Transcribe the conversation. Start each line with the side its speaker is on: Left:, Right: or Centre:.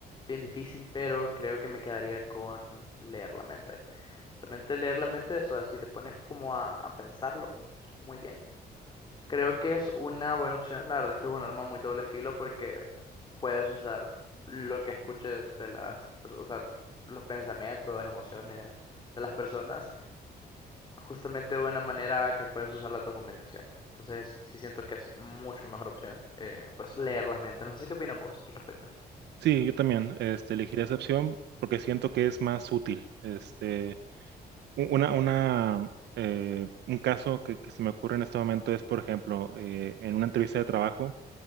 Left: bien difícil, pero creo que me quedaría con leer la mente. Realmente leer la mente, o sea, si te pones como a, a pensarlo, muy bien. Creo que es una buena opción. La verdad es que es un arma muy doble filo porque puedes usar lo que escuches de las, pers- o sea, los pensamientos, emociones de las personas justamente de una manera que puedes usarla a tu conveniencia. Entonces, sí siento que es mucho mejor opción, eh, pues leer las mentes. No sé qué opinas vos al respecto.
Right: Sí, yo también, este, elegiría esa opción porque siento que es más útil. Este, u- una, una, eh, un caso que, que se me ocurre en este momento es, por ejemplo, eh, en una entrevista de trabajo.